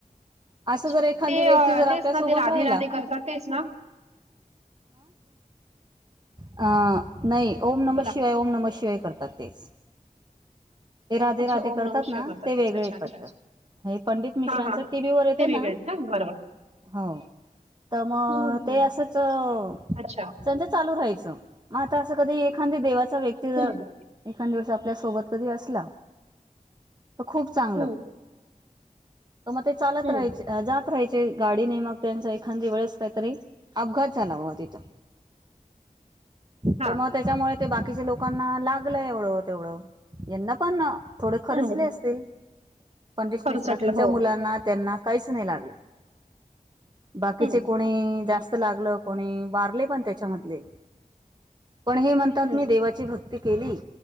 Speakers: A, on the right; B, on the right.
A: अस
B: अच्छा.
A: जर एखादी
B: ते
A: व्यक्ती. जर आपल्या
B: तेच ना
A: सोबत
B: ते राधे
A: राहिला
B: राधे करतात तेच ना.
A: आ. नाही ओम नम
B: बोला
A: शिवाय ओम नमशिवाय. करतात तेच. ते राधे
B: अच्छा
A: राधे करतात
B: ओम नम
A: ना
B: शिवाय
A: ते वेगळेेत
B: तेच अच्छा अच्छा
A: वाटत
B: अच्छा
A: हे पंडित मिश्रांचं
B: हा हा.
A: टीव्ही वर येतं
B: ते वेगळे
A: ना
B: आहेत बरोबर
A: हो तर मग
B: हं, हं,
A: ते
B: हं.
A: असंच त्यांच
B: अच्छा
A: चालू राहायचं मग आता असं कधी एखादी व्यक्ती देवाचा व्यक्ती
B: हम्म.
A: जर एखादं दिवस <unintelligible> <inaudible> कधी असला तर खूप चांगलं.
B: हम्म
A: तर मग ते चालत
B: हम्म.
A: राहाय जात राहायचे चे गाडी नाही मग त्यांचा एखांदी वेळीस काहीतरी अपघात झाला ह तिथं
B: हा
A: तर मग त्याच्यामुळे ते बाकीच्या लोकांना लाग ला एवढं तेवढं यांना पण थोडे खर्चले
B: हम्म
A: असतील पंडित
B: खरचटलं
A: मिश्रा त्यांच्या
B: हो.
A: मुलांना त्यांना काही नय लागल. बाकीचे
B: हम्म
A: कोणी जास्त लागल कोणी बारले पण त्याच्यामधले पण हे म्हणतात
B: हम्म.
A: मी देवाची भक्ती केली.